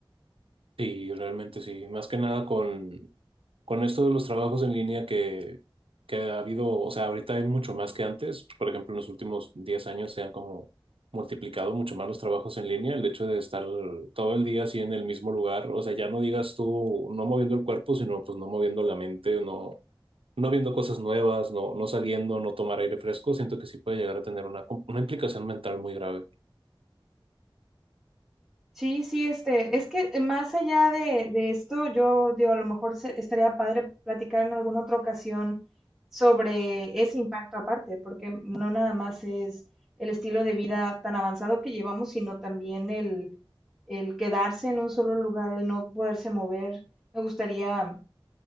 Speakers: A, on the right; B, in the centre.
A: Sí, realmente sí. Más que nada con con esto de los trabajos en línea que, que ha habido, o sea, ahorita hay mucho más que antes. Por ejemplo, en los últimos 10 años se han como multiplicado mucho más los trabajos en línea. El hecho de estar todo el día así en el mismo lugar, o sea, ya no digas tú no moviendo el cuerpo, sino pues no moviendo la mente, no, no viendo cosas nuevas, no, no saliendo, no tomar aire fresco. Siento que sí puede llegar a tener una, com- una implicación mental muy grave.
B: Sí, sí, este, es que más allá de, de esto, yo digo, a lo mejor se- estaría padre platicar en alguna otra ocasión sobre ese impacto aparte, porque no nada más es el estilo de vida tan avanzado que llevamos, sino también el, el quedarse en un solo lugar, el no poderse mover. Me gustaría